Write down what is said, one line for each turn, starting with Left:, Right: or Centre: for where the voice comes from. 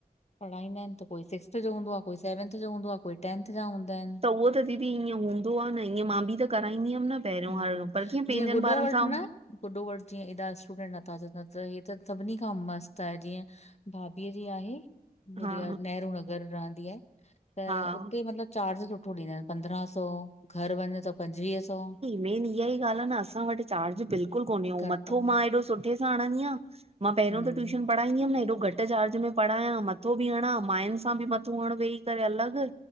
Left: पढ़ाईंदा आहिनि त कोई सिक्स्थ जो हूंदो आ, कोई सेवंथ जो हूंदो आ, कोई टेंथ जा हूंदा आहिनि।
Right: त उहो त दीदी ईअं हूंदो आ न ईअं मां बि त कराईंदी हुअमि न। पहिरियों
Left: हम्म
Right: हर पर कीअं
Left: जीअं
Right: पंहिंजनि
Left: गुॾो
Right: ॿारनि
Left: वटि
Right: सां
Left: न गुॾो वॾु जीअं हेॾा स्टूडेंट नथा न त हे त सभिनी खां मस्तु आहे जीअं भाभीअ जी आहे,
Right: हा
Left: नेहरुू नगर रहंदी आहे त
Right: हा
Left: उते मतिलबु चार्ज सुठो ॾींदा आहिनि पंद्रहां सौ, घर वञे त पंजवीह सौ।
Right: मैन इहा ई ॻाल्हि आहे न असां वटि चार्ज बिल्कुलु कोन्हे और
Left: घटि
Right: मथो
Left: आ,
Right: मां एॾो सुठे सां हणंदी आहियां मां पहिरियों
Left: हम्म
Right: त ट्यूशन पढ़ाईंदी हुअमि न हेॾो घटि चार्ज में पढ़ायां मथो बि हणां मायुनि सां बि मथो हण वेही करे अलॻि।